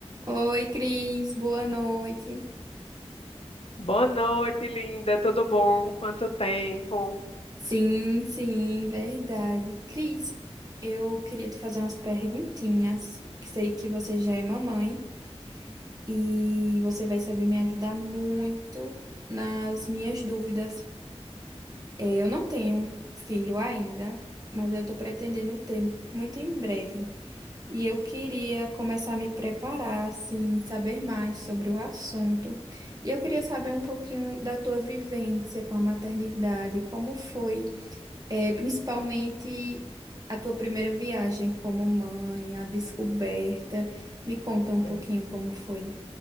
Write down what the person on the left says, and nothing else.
Boa noite, linda. Tudo bom? Quanto tempo?
É.